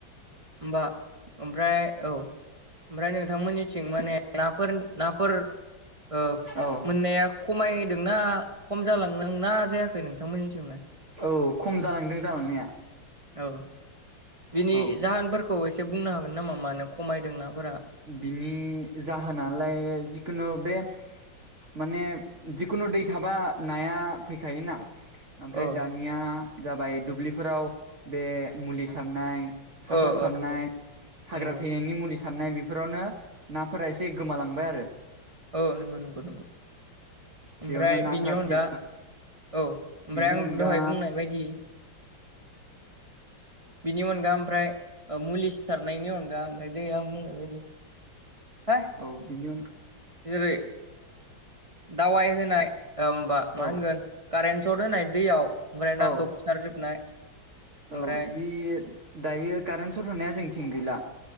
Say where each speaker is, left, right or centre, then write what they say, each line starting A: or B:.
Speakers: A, on the right; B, on the right.
A: होमबा ओमफ्राय औ ओमफ्राय नोंथांमोननिथिं माने नाफोर नाफोर ओ
B: औ
A: मोननाया खमायदोंना खम जालांदों ना जायाखै नोंथांमोननि जोंलाय?
B: औ खम जालांदों जालांनाया।
A: औ बिनि
B: औ
A: जाहोनफोरखौ एसे बुंनो हागोन नामा मा? मानो खमायदों नाफोरा?
B: बिनि जाहोनालाय जिखुनु बे माने जिखुनु दै थाबा नाया फैखायोना आमफ्राय
A: औ
B: दानिया जाबाय दुब्लिफोराव बे मुलि सारनाय हासार
A: ओ
B: सारनाय
A: ओ नंगौ
B: हाग्रा
A: नंगौ
B: थैनायनि मुलि सारनाय बेफोरावनो नाफोरा एसे गोमालांबाय आरो
A: औ नंगौ नंगौ नंगौ ओमफ्राय
B: बेयावनो नाफोरा
A: बिनि अनगा
B: थै
A: औ ओमफ्राय
B: बिनि
A: आं
B: अनगा
A: दहाय बुंनाय बायदि बिनि अनगा ओमफ्राय मुलि सारनायनि अनगा ओमफ्राय दै आ आं बुंनाय बायदि <unintelligible>
B: औ बिनि अन
A: जेरै दावाइ होनाय ओ माबा
B: औ
A: मा होनगोन कारेन्ट सट होनाय दैयाव ओमफ्राय नाखौ
B: औ
A: फुथारजोबनाय ओमफ्राय
B: औ बे दायो कारेन्ट सत होनाया जोंथिं गैला।